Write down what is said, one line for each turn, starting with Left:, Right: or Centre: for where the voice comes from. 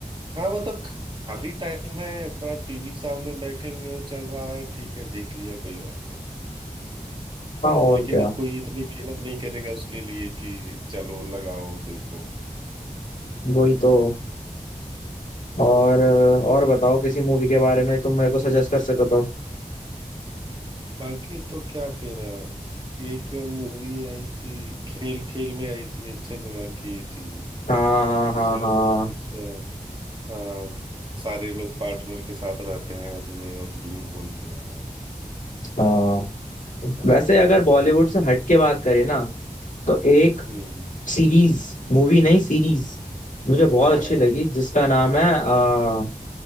Right: हाँ मतलब खाली टाइम है अगर आप टीवी के सामने बैठे हुए हो चल रहा है ठीक है देख लिया कोई बात नहीं
Left: हाँ और
Right: लेकिन
Left: क्या
Right: अब कोई इतनी मेहनत नहीं करेगा उसके लिए कि चलो लगाओ देखो
Left: वही तो और और बताओ किसी मूवी के बारे में तुम मेरे को सजेस्ट कर सको तो
Right: बाकी तो क्या फिर अ, एक मूवी आई थी खेल खेल में आई थी अक्षय कुमार की थी
Left: हाँ हाँ
Right: जिसमें
Left: हाँ हाँ
Right: वो लोग कुछ अ, हाँ सारे लोग पार्टनर के साथ रहते हैं अपने और झूठ बोलते हैं
Left: हाँ वैसे अगर बॉलीवुड से हट के बात करें ना तो एक
Right: हम्म
Left: सीरीज मूवी नहीं सीरीज मुझे बहुत
Right: हाँ
Left: अच्छी लगी जिसका नाम है आ,